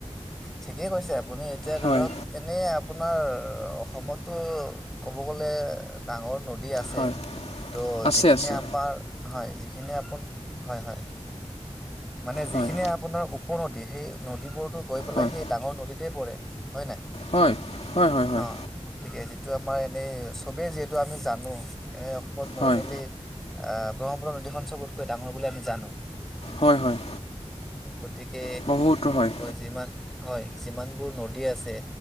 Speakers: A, in the centre; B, on the left (about 65°).
A: ঠিকেই কৈছে আপ আপুনি এতিয়া ধৰক
B: হয়
A: এনেই আপোনাৰ অসমতো ক'ব গ'লে ডাঙৰ ন- দী আছে
B: হয়
A: ত
B: আছে
A: যিখিনি
B: আছে
A: আমাৰ হয় যিখিনি আপ হয় হয় মানে যিখিনিয়ে
B: হয়
A: আপোনাৰ উপনদী সেই নদীবোৰ গৈ পেলাই
B: হয়
A: সেই ডাঙৰ নদীতে পৰে হয় নাই
B: হয় হয় হয় হয়
A: অ গতিকে। টো আমাৰ এনেই চবেই যিহেতু আমি জানো এনে অসমত নৰ্মেলি
B: হয়
A: আহ ব্ৰহ্মপুত নদীখন চবতকৈ ডাঙৰ বুলি আমি জানো
B: হয় হয়।
A: গতিকে
B: ব্ৰহ্মপুত্ৰ হয়
A: যিমান হয় যিমানবোৰ নদী আছে।